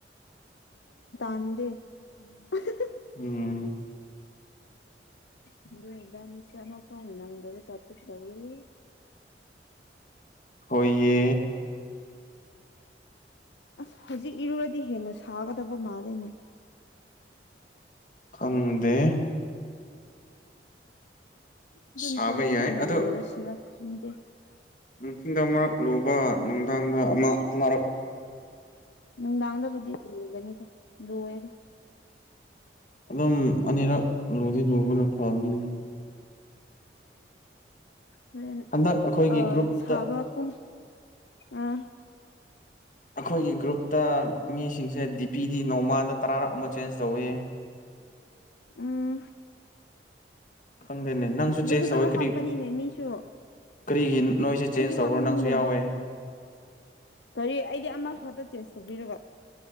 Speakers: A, on the left (about 80°); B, on the left (about 45°).
A: ꯅꯗ <inaudible>
B: ꯎꯝ
A: ꯑꯗꯨꯅ ꯏꯕꯥꯟꯅꯤꯁꯦ ꯑꯃꯇ ꯅꯥꯪꯗꯕꯩ ꯇꯨꯞꯇ ꯇꯧꯏ <inaudible>
B: ꯍꯣꯢꯌꯦ
A: ꯑꯁ ꯍꯧꯖꯤꯛ ꯏꯔꯨꯔꯗꯤ ꯍꯦꯟꯅ ꯁꯥꯒꯗꯕ ꯃꯥꯜꯂꯤꯅꯦ
B: ꯈꯪꯗꯦ
A: ꯑꯗꯨꯅ
B: ꯁꯥꯕ
A: ꯍꯣꯔꯦꯟ
B: ꯌꯥꯏ
A: ꯑꯣꯏꯅ
B: ꯑꯗꯣ
A: ꯂꯨꯔꯁꯤꯔ ꯈꯪꯗꯦ
B: ꯅꯨꯡꯊꯤꯟꯗ ꯑꯃꯛ ꯂꯨꯕ ꯅꯨꯡꯗꯥꯡꯗ ꯑꯃ ꯑꯃꯛ
A: ꯅꯨꯡꯗꯥꯡꯗꯕꯨꯗꯤ ꯂꯒꯅꯤꯗ ꯂꯣꯏꯋꯦꯗ
B: ꯑꯗꯨꯝ ꯑꯅꯤꯔꯛ ꯂꯨꯗꯤ ꯂꯨꯕꯅ ꯐꯅꯤ
A: ꯎꯝ
B: ꯍꯟꯗꯛ ꯑꯩꯈꯣꯏꯒꯤ
A: ꯑ
B: ꯒ꯭ꯔꯨꯞꯇ
A: ꯁꯥꯕꯄꯨꯡ ꯑꯥ
B: ꯑꯩꯈꯣꯏꯒꯤ ꯒ꯭ꯔꯨꯞꯇ ꯃꯤꯁꯤꯡꯁꯦ ꯗꯤ ꯄꯤ ꯗꯤ ꯅꯣꯡꯃꯥꯗ ꯇꯔꯥꯔꯥ ꯑꯃ ꯆꯦꯟꯖ ꯇꯧꯏꯤ
A: ꯎꯝ
B: ꯈꯪꯗꯦꯅꯦ ꯅꯪꯁꯨ
A: ꯐꯖ
B: ꯆꯦꯟꯖ
A: ꯐꯖꯕ
B: ꯇꯧꯋꯤ ꯀꯔꯤ
A: ꯍꯥꯞꯄꯅꯤꯅꯦ ꯃꯤꯁꯨ
B: ꯀꯔꯤꯒꯤ ꯅꯣꯏꯁꯦ ꯆꯦꯟꯖ
A: ꯑꯩꯗꯤ
B: ꯇꯧꯕ꯭ꯔꯣ
A: ꯍꯥꯞꯅꯤꯡꯗ꯭ꯔꯕ
B: ꯅꯪꯁꯨ ꯌꯥꯎꯋꯦ
A: ꯀꯔꯤ ꯑꯩꯗꯤ ꯑꯃ ꯍꯠꯇ ꯆꯦꯟꯖ ꯇꯧꯕꯤꯔꯕ